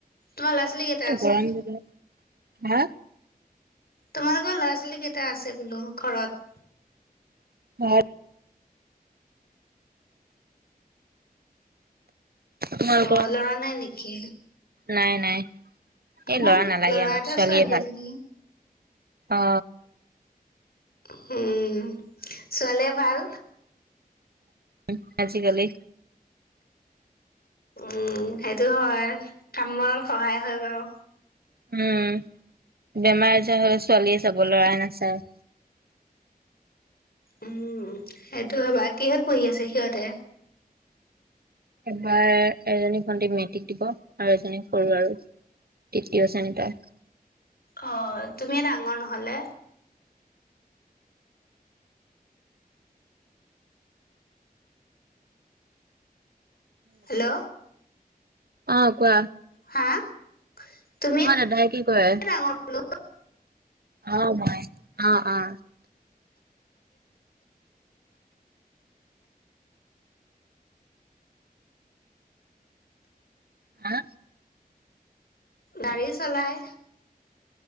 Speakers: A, on the left; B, on the right.
A: তোমাৰ ল'ৰা-ছোৱালী কেইটা আছে?
B: গৰম দিনত হা?
A: তোমালোকৰ ল'ৰা-ছোৱালী কেইটা আছে বোলো ঘৰত?
B: <unintelligible> তোমালোকৰ
A: অ ল'ৰা নাই নেকি
B: নাই-নাই। এই
A: আমাৰ
B: ল'ৰা নালাগে আমাক
A: এটা
B: ছোৱালীয়ে
A: ছোৱালী
B: ভাল
A: এজনী
B: অ,
A: হম, ছোৱালীয়ে ভাল।
B: <unintelligible> আজিকালি
A: উম, সেইটো হয় কাম বনত সহায় হয় বাৰু।
B: উম, বেমাৰ আজাৰ হ'লে ছোৱালীয়ে যাব লৰাই নাচায়। উ <unintelligible>
A: উম, সেইটো হবা কিহত পঢ়ি আছে সিহঁতে?
B: এবাৰ এজনী ভণ্টি মেট্ৰিক দিব আৰু এজনী সৰু আৰু তৃতীয় শ্ৰেণী তাই।
A: অ তুমিয়ে ডাঙৰ নহ'লে? হেল্ল'।
B: অহ কোৱা?
A: হা? তুমিয়ে
B: তোমাৰ দাদাই কি কৰে?
A: ডাঙৰ বোলো
B: অ, মই অ, অ। হা?
A: গাড়ী চলাই।